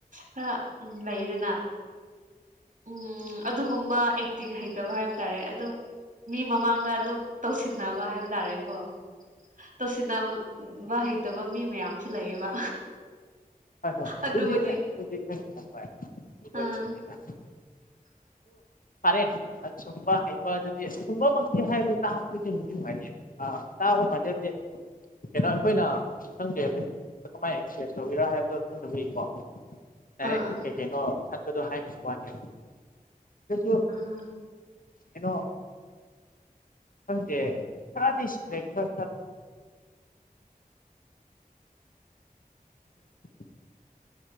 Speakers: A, on the right; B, on the left.
A: ꯈꯔ ꯎ ꯂꯩꯗꯅ ꯎꯝ ꯑꯗꯨꯒꯨꯝꯕ ꯑꯦꯛꯇꯤꯛ ꯍꯩꯇꯕ ꯍꯥꯏꯕ ꯍꯥꯏ ꯇꯔꯦ ꯑꯗꯨꯝ ꯃꯤ ꯃꯃꯥꯡꯗ ꯑꯗꯨꯝ ꯇꯧꯁꯤꯟꯅꯕ ꯍꯥꯏꯕ ꯇꯥꯔꯦꯀꯣ ꯇꯧꯁꯤꯟꯅꯕ ꯍꯩꯇꯕ ꯃꯤ ꯃꯌꯥꯝꯁꯨ ꯂꯩꯌꯦꯕ
B: ꯍꯣꯏ
A: ꯑꯗꯨꯕꯨꯗꯤ
B: ꯍꯣꯏ ꯍꯣꯏ ꯑꯗꯨ ꯑꯗꯨ
A: ꯑꯥ
B: ꯍ
A: <inaudible>
B: ꯐꯔꯦꯅꯦ ꯑ ꯁꯨꯝꯕ ꯍꯩꯕ ꯑꯗꯨꯗꯤ ꯁꯨꯝꯕꯃꯛꯇꯤ ꯍꯥꯏꯕꯗꯤ ꯇꯥꯄꯗꯤꯗꯤ ꯅꯨꯡꯉꯥꯏꯇꯦ ꯑ ꯆꯥꯕ ꯃꯗꯗꯤ ꯀꯩꯅꯣ ꯑꯩꯈꯣꯏꯅ ꯈꯪꯒꯦ ꯍꯥꯏꯕ ꯀꯃꯥꯏꯅ ꯑꯦꯛꯁꯄ꯭ꯔꯦꯁ ꯇꯧꯕꯤꯔꯥ ꯍꯥꯏꯕ ꯈꯪꯗꯕꯨꯏꯀꯣ ꯗꯥꯏꯔꯦꯛ
A: ꯑꯥ
B: ꯀꯩꯀꯩꯅꯣ ꯈꯟꯕꯗꯣ ꯍꯥꯏꯈꯤꯕ ꯋꯥꯅꯦꯕ ꯑꯗꯨꯁꯨ
A: ꯑꯥ
B: ꯀꯩꯅꯣ ꯗꯦ ꯈ꯭ꯔꯗꯁ꯭ꯔꯦ ꯈ <inaudible>